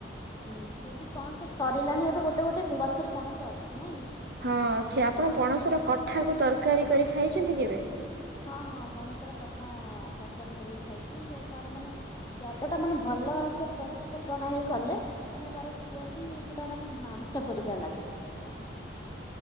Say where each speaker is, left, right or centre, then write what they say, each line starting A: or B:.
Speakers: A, on the left; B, on the right.
A: ହୁଁ ଏଠି ପଣସ ସରିଲାଣି ଏବେ ଗୋଟେ ଗୋଟେ ଗଛରେ ପଣସ ଅଛି ନାଇଁ?
B: ହଁ ଅଛି ଆପଣ
A: ଆମ
B: ପଣସ ର କଠାକୁ ତରକାରୀ କରି ଖାଇଛନ୍ତି କେବେ?
A: ହଁ ହଁ ପଣସ ର କଠା ତରକାରୀ କରିକି ଖାଇଛି ସେ ତାର ମାନେ ସ୍ୱାଦଟା ମାନେ ଭଲସେ ପ୍ରସ୍ତୁତ ପ୍ରଣାଳି କଲେ ମାନେ ତାର କୁହନ୍ତି ସେଟା ମାନେ ମାଂସ ପରିକା ଲାଗେ।